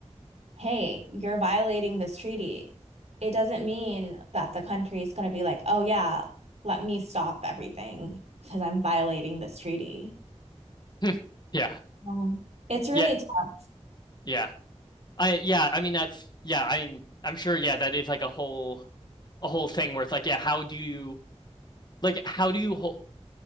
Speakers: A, on the right (about 70°); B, on the left (about 40°).
A: hey, you're violating this treaty, it doesn't mean that the country is going to be like, oh, yeah, let me stop everything because I'm violating this treaty.
B: <laughs> Yeah.
A: Um, it's really
B: Yeah.
A: tough.
B: Yeah. I yeah, I mean that's yeah, I mean I'm sure yeah, that is like a whole a whole thing where it's like, yeah, how do you like how do you hold